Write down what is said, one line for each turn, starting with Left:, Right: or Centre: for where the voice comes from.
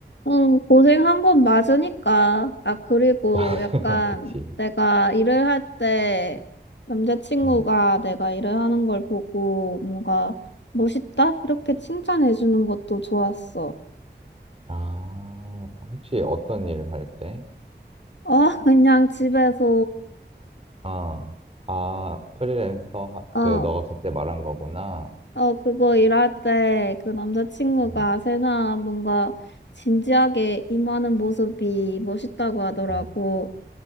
Left: 응, 고생한 건 맞으니까. 아, 그리고
Right: <laughs>
Left: 약간
Right: 그치.
Left: 내가 일을 할 때 남자친구가
Right: 음.
Left: 내가 일을 하는 걸 보고 뭔가 멋있다? 이렇게 칭찬해 주는 것도 좋았어.
Right: 아, 혹시 어떤 일을 할 때?
Left: 어, <laughs> 그냥 집에서,
Right: 아, 아, 프리랜서, 하-
Left: 어,
Right: 그, 너가 그때 말한 거구나.
Left: 어, 그거 일할 때 그 남자친구가
Right: 음,
Left: 세상 뭔가 진지하게 임하는 모습이 멋있다고 하더라고.
Right: 어,